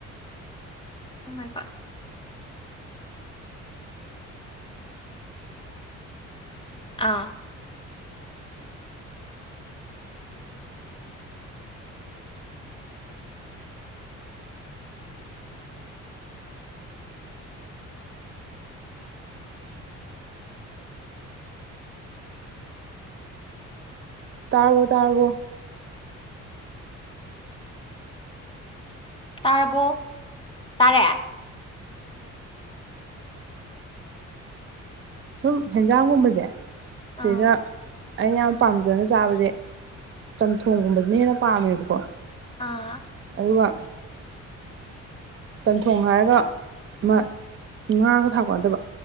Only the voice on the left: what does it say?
ꯑꯣ ꯃꯥꯏ ꯒꯣꯗ ꯑꯥ꯫
ꯇꯥꯔꯕꯣ꯫ ꯇꯥꯔꯦ꯫
ꯑꯥ
ꯑꯥ